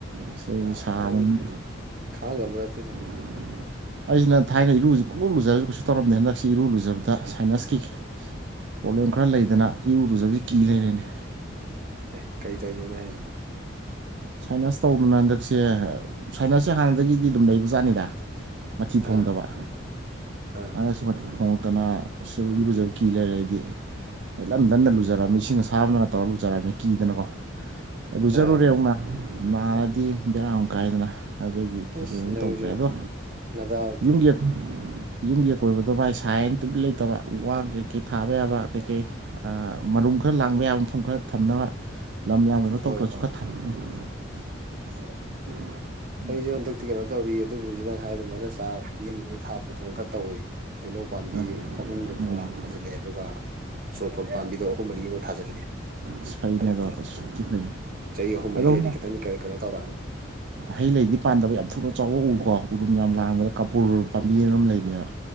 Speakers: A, on the right; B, on the right.
A: ꯑꯁ ꯑꯗꯨꯗꯤ
B: ꯀꯔꯥꯏꯗꯩ
A: ꯁꯥꯕꯅꯤ
B: ꯈꯥꯡꯕ ꯉꯝꯕ ꯅꯠꯇ‌ꯦꯗ
A: <inaudible> ꯑꯩꯁꯤꯅ ꯊꯥꯏꯅ ꯏꯔꯨꯁꯤ ꯄꯣꯛꯂꯞ ꯂꯨꯖꯔꯁꯨ ꯀꯩꯁꯨ ꯇꯧꯔꯝꯅꯤ ꯍꯟꯗꯛꯁꯤ ꯏꯔꯨ ꯂꯨꯖꯕꯗ ꯁꯥꯏꯅꯁꯀꯤ ꯄ꯭ꯔꯣꯕ꯭ꯂꯦꯝ ꯈꯔ ꯂꯩꯗꯅ ꯏꯔꯨꯖꯕꯁꯤ ꯀꯤ ꯂꯩꯔꯦꯅꯦ
B: ꯑꯦ ꯀꯩ ꯇꯧꯔꯤꯅꯣꯅꯦ ꯍꯥꯏꯁꯤꯕꯣ
A: ꯁꯥꯏꯅꯥꯁ ꯇꯧꯗꯅ ꯍꯟꯗꯛꯁꯦ ꯁꯥꯏꯅꯁꯁꯦ ꯍꯥꯟꯅꯗꯒꯤꯗꯤ ꯑꯗꯨꯝ ꯂꯩꯕꯖꯥꯠꯅꯤꯗ ꯃꯊꯤ
B: ꯑꯥ
A: ꯐꯣꯡꯗꯕ
B: ꯑꯥ
A: ꯗ ꯈꯪꯉꯛꯇꯅ ꯁꯒꯤ ꯐꯖꯕ ꯀꯤ ꯂꯩꯔꯦ ꯑꯩꯗꯤ ꯑꯩ ꯂꯟ ꯂꯟꯅ ꯂꯨꯖꯔꯝꯃꯤ ꯏꯁꯤꯡ ꯑꯁꯥꯕꯅ ꯇꯧꯔ ꯂꯨꯖꯔꯝꯃꯤ ꯀꯤꯗꯅꯀꯣ ꯂꯨꯖꯔꯨꯔꯦ
B: ꯑꯥ
A: ꯑꯃꯨꯅ ꯅꯥꯔꯗꯤ ꯕꯦꯔꯥ ꯀꯥꯏꯗꯅ ꯑꯗꯨꯒꯤ
B: ꯑꯁ
A: ꯅ
B: ꯅꯪꯁꯨ
A: ꯇꯧꯗ꯭ꯔꯦ ꯑꯗꯣ
B: ꯅꯗꯥꯎꯗꯤ
A: ꯌꯨꯝꯒꯤ ꯌꯨꯝꯒꯤ ꯑꯀꯣꯏꯕꯗꯣ ꯚꯥꯏ ꯁꯥꯏꯅ ꯇꯨꯂꯤ ꯂꯩꯇꯕ ꯎ ꯋꯥ ꯀꯩꯀꯩ ꯊꯥꯕ ꯌꯥꯕ ꯀꯩꯀꯩ ꯃꯔꯨꯝ ꯈꯔ ꯂꯥꯡꯕ ꯌꯥꯕ ꯃꯐꯝ ꯈꯔ ꯊꯝꯅꯕ ꯂꯝ ꯌꯥꯝ ꯀꯩꯅꯣ ꯇꯧꯗ꯭ꯔꯁꯨ
B: ꯍꯣꯏ ꯍꯣꯏ
A: ꯈꯔ ꯊꯝ <inaudible>
B: ꯑꯩꯁꯨ ꯍꯟꯗꯛꯇꯤ ꯀꯩꯅꯣ ꯇꯧꯔꯤ ꯑꯗꯨꯕꯨꯖꯤ ꯅꯪ ꯍꯥꯏ ꯑꯗꯨꯃꯥꯏꯅ ꯆꯥꯔ ꯑꯃꯥꯅꯤꯗꯤ ꯊꯥꯛꯄꯗꯅ ꯈꯔ ꯇꯧꯏ ꯍꯩꯅꯧ ꯄꯥꯝꯕꯤ
A: ꯑ
B: ꯑꯍꯨꯝꯒꯨꯝꯕ
A: ꯑꯥ
B: ꯊꯥꯖꯤꯜꯂꯑꯦ ꯑꯗꯨꯒ ꯁꯣꯔ ꯐꯣꯟ ꯄꯥꯝꯕꯤꯗꯣ ꯑꯍꯨꯝ ꯃꯔꯤꯒꯨꯝꯕ ꯊꯥꯖꯜꯂꯦ
A: ꯑꯁ ꯐꯩꯅꯦ
B: ꯍꯟꯗꯛꯇꯤ
A: ꯑꯗꯣ ꯑꯁ ꯊꯤ ꯐꯩꯅꯦ
B: ꯆꯍꯤ ꯑꯍꯨꯝ ꯃꯔꯤ
A: ꯑꯗꯨꯝ
B: ꯂꯩꯔꯗꯤ ꯈꯤꯇꯪꯗꯤ ꯀꯩꯅꯣ ꯇꯧꯔꯛꯑꯅꯤ
A: ꯍꯩ ꯂꯩꯗꯤ ꯄꯥꯟꯗꯕ ꯌꯥꯝ ꯊꯨꯅ ꯆꯥꯎꯕ ꯎꯔꯀꯣ ꯎꯔꯨꯝ ꯌꯥꯝ ꯂꯥꯡꯕꯅꯦ ꯀꯥꯄꯨꯔ ꯄꯥꯝꯕꯤ ꯑꯃ ꯂꯩꯕꯅꯦꯕ